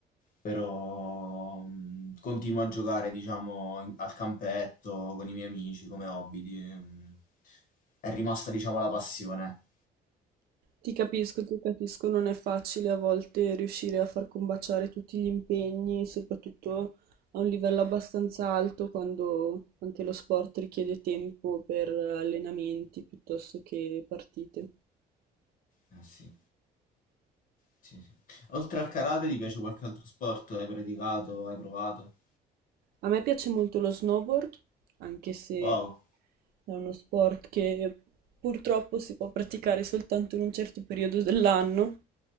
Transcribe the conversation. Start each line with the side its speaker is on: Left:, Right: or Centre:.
Left: però mh, continuo a giocare, diciamo, in- al campetto con i miei amici come hobby. di- mh, è rimasta, diciamo, la passione.
Right: Ti capisco, ti capisco, non è facile a volte riuscire a far combaciare tutti gli impegni, soprattutto a un livello abbastanza alto quando anche lo sport richiede tempo per allenamenti piuttosto che partite.
Left: Eh sì, sì, sì. Oltre al karate, ti piace qualche altro sport? Hai praticato? Hai provato?
Right: A me piace molto lo snowboard, anche se
Left: Wow.
Right: è uno sport che purtroppo si può praticare soltanto in un certo periodo dell'anno,